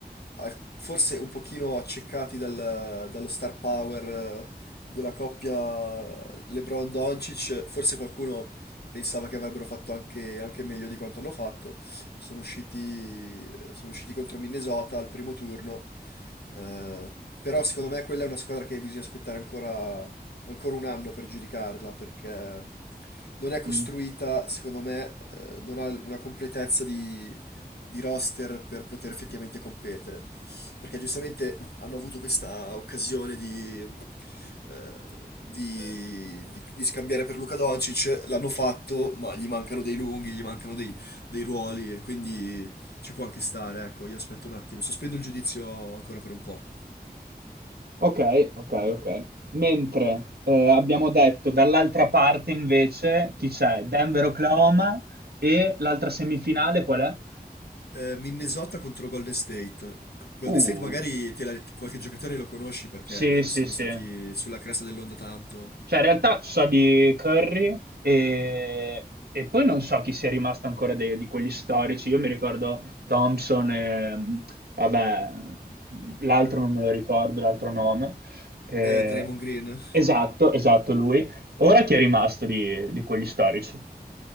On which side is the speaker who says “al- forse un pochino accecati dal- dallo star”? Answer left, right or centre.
Left